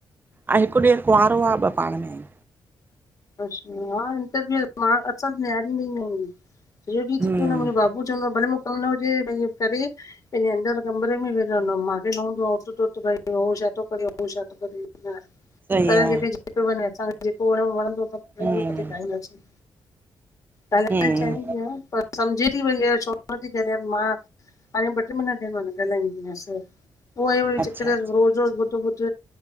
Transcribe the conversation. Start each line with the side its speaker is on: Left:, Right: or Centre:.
Right: ऐं हिक ॾेर कुंवारो आ ॿ पाण में आहिन।
Left: अछा हा इंटर फेयर मां असां नियारी में ई नी सॼो ॾीं
Right: हम्म
Left: थी वेंदो मुंहिंजे बाबू बु चवंदो आ भले मूंखे कम न हुजे भई इय करे। पंहिंजे अंदर कमरे में वेठा हूंदो मांखे न हूंदो आ हुत भ हू छा थो करे हो छा थो करे।
Right: सही
Left: पर
Right: आ,
Left: जेके जेको वड़े असांखे जेको वणों वणंदो
Right: हम्म
Left: <unintelligible> खाईंदासीं। ॻालएड़
Right: हम्म,
Left: चाइंदी आ। समझे ती वई इय छो न थी ॻाल्हायां मां हाणे ॿ टे महीना थिया मां न ॻाल्हाईंदी आया।
Right: अच्छा
Left: <unintelligible>
Right: अच्छा
Left: रोज़ ॿुध ॿुध